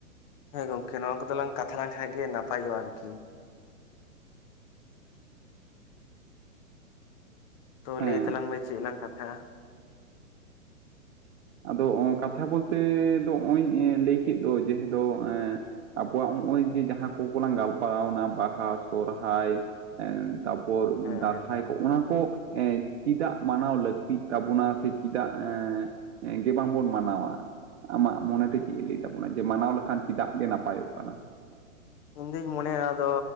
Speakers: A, on the left; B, on the right.
A: ᱦᱮᱸ ᱜᱚᱝᱠᱮ, ᱱᱚᱣᱟ ᱠᱚᱫᱚᱞᱟᱝ, ᱠᱟᱛᱷᱟ ᱞᱮᱱᱠᱷᱟᱱ ᱜᱮ, ᱱᱟᱯᱟᱭᱚᱜᱼᱟ ᱟᱨᱠᱤ ᱾ ᱛᱚ,
B: ᱦᱮᱸ
A: ᱞᱟᱹᱭ ᱛᱟᱞᱟᱝ ᱢᱮ, ᱪᱮᱫ ᱞᱟᱝ ᱠᱟᱛᱷᱟᱜᱼᱟ?
B: ᱟᱫᱚ, ᱠᱟᱛᱷᱟ ᱵᱚᱞᱛᱮ ᱫᱚ, ᱱᱚᱜᱼᱚᱭ ᱤᱧ ᱞᱟᱹᱭ ᱠᱮᱫ ᱫᱚ, ᱡᱮᱦᱮ ᱫᱚ ᱟᱵᱚᱣᱟᱜ, ᱱᱚᱜᱼᱚᱭ ᱡᱮ, ᱡᱟᱦᱟᱸ ᱠᱚᱠᱚ, ᱞᱟᱝ ᱜᱟᱞ ᱢᱟᱨᱟᱣ ᱮᱱᱟ, ᱵᱟᱦᱟ, ᱥᱚᱨᱦᱟᱭ ᱛᱟᱨ ᱯᱚᱨ,
A: ᱦᱮᱸ
B: ᱫᱟᱸᱥᱟᱭ
A: ᱦᱮᱸ ᱦᱮᱸ
B: ᱠᱚ ᱚᱱᱟ ᱠᱚ, ᱪᱮᱫᱟᱜ ᱢᱟᱱᱟᱣ ᱞᱟᱹᱠᱛᱤᱜ, ᱛᱟᱵᱚᱱᱟ, ᱥᱮ, ᱪᱮᱫᱟᱜ, ᱮᱸᱻ ᱜᱮ, ᱵᱟᱝ ᱵᱚᱱ ᱢᱟᱱᱟᱣᱟ? ᱟᱢᱟᱜ ᱢᱚᱱᱮ ᱛᱮ, ᱪᱮᱫ ᱮ ᱞᱟᱹᱭ ᱛᱟᱵᱚᱱᱟ, ᱡᱮ ᱢᱟᱱᱟᱣ ᱞᱮᱠᱷᱟᱱ, ᱪᱮᱫᱟᱜ ᱜᱮ, ᱱᱟᱯᱟᱭᱚᱜ ᱠᱟᱱᱟ?
A: ᱤᱧ ᱫᱩᱧ ᱢᱚᱱᱮᱭᱟ, ᱱᱚᱣᱟ ᱫᱚ,